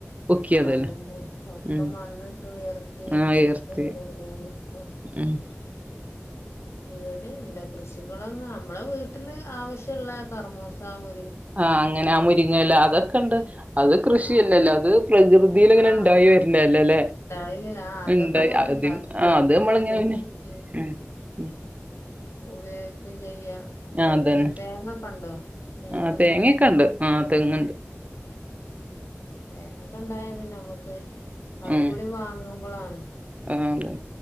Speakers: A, on the right; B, on the left.
A: ഒക്കിയതല്ലേ
B: ആഅതന്നെ ഒക്കെ
A: ഉം
B: മണ്ണിട്ട് ഉയർത്തിക്കെ
A: ആ ഉയർത്തി
B: എല്ലോട്ത്തു
A: ഉം
B: ഇവിടില്ല കൃഷികളൊന്നും അമ്മളെ വീട്ടില് ആവശ്യള്ള കർമൂസ മു
A: ആഅങ്ങനെ ആ മുരിങ്ങെല അതൊക്കെണ്ട് അത് കൃഷിയല്ലല്ലോ
B: ആഹ്
A: അത് പ്രകൃതിയില്ങ്ങനെ
B: ആഹ്
A: ഇണ്ടായി വര്ണല്ലേ ലെ
B: ഉണ്ടായി വരാ. ആ അതൊക്കെ
A: ഇണ്ടായി
B: അങ്ങനെ
A: അതിൻ
B: ഇണ്ടാക്കും
A: ആ
B: നമ്മക്ക്
A: അത് അമ്മള്
B: ഉപയോഗിക്കും
A: ഇങ്ങനെന്നെ
B: ചെയ്യും
A: പിന്നെ ഉം
B: ഉപയോഗിക്കും ചെയ്യാ
A: ആ
B: തെങ്ങ്
A: അതന്നെ
B: തേങ്ങക്കൊണ്ടോ തേങ്ങക്കെ
A: ആ തേങ്ങൊക്കെ ഉണ്ട്
B: <unintelligible>
A: ആ തെങ്ങുണ്ട്
B: തേങ്ങക്കെണ്ടായാ പിന്നെ അമ്മക്ക് അതും
A: ഉം
B: കൂടിവാങ്ങു മ്പളാണ്
A: ആ തെ